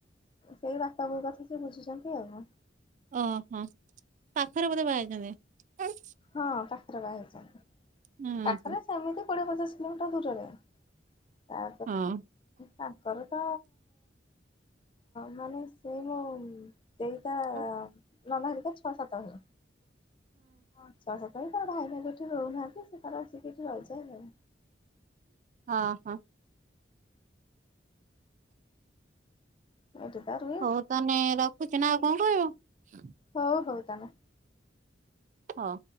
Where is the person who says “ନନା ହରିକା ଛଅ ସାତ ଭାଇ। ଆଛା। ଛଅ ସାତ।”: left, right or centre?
Left